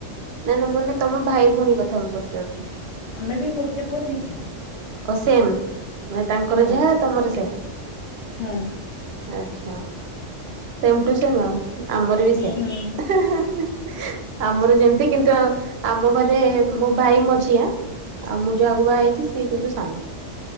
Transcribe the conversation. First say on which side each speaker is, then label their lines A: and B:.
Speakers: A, on the right; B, on the left.
A: ନାଇଁ ନା ମାନେ ତମ ଭାଇ ଭଉଣୀ କଥା ମୁଁ ପଚାରୁଛି?
B: ଆମେ ବି ଗୋଟେ ପୁଅ ଦି ଝିଅ।
A: କଅ ସେମ୍ ମାନେ ତାଙ୍କର
B: ହୁଁ
A: ଯାହା ତମର ସେଆ?
B: ହୁଁ।
A: ଆଛା ସେମ୍ ଟୁ ସେମ୍ ଆଉ ଆମର ବି ସେଆ।
B: ହୁଁ।
A: <unintelligible> ଆମର ଯେମିତି କିନ୍ତୁ ଆ ଆମ ଘରେ ମୋ ଭାଇ ମଝିଆଁ। ଆଉ ମୁଁ ଯାହାକୁ ବାହା ହେଇଚି। ସିଏ କିନ୍ତୁ ସାନ।